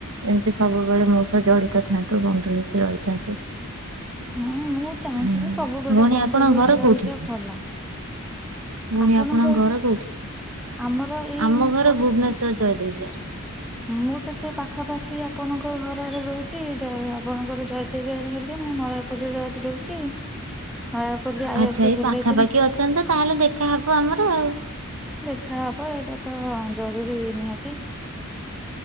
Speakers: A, on the right; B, in the centre.
A: ଏମିତି ସବୁବେଳେ ମୋ ସହ ଜଡ଼ିତ ଥାନ୍ତୁ ବନ୍ଧୁ ହେଇକି ରହିଥାନ୍ତୁ।
B: ହୁଁ ମୁଁ ଚାହୁଁଛି
A: ଭଉଣୀ
B: କି ସବୁବେଳେ ବନ୍ଧୁ
A: ଆପଣଙ୍କ
B: ହେଇକି
A: ଘର
B: ରହିବେ
A: କୋଉଠି?
B: ଭଲ।
A: ଭଉଣୀ
B: ଆପଣଙ୍କ
A: ଘର କୋଉଠି?
B: ଆମର ଏଇ
A: ଆମ
B: ମୁ
A: ଘର
B: ଅଛି।
A: ଭୁବନେଶ୍ଵର ଜୟଦେବବିହାର।
B: ମୁଁ ତ ସେ ପାଖାପାଖି ଆପଣଙ୍କ ଘରରେ ରହୁଛି ଆପଣଙ୍କର ଜୟ ତବେ ହେଲେ ମୁଁ ନୟାପଲ୍ଲୀରେ ରହୁଛି। ନୟାପଲ୍ଲୀ ଆଇଆଇସି
A: ଆଚ୍ଛା ଏଇ
B: ଭିଲେଜେ।
A: ପାଖାପାଖି ଅଛନ୍ତି ତାହେଲେ ଦେଖାହବ ଆମର ଆଉ।
B: କଥା ହବ ଏଇଟା ତ ଜରୁରୀ ନିହାତି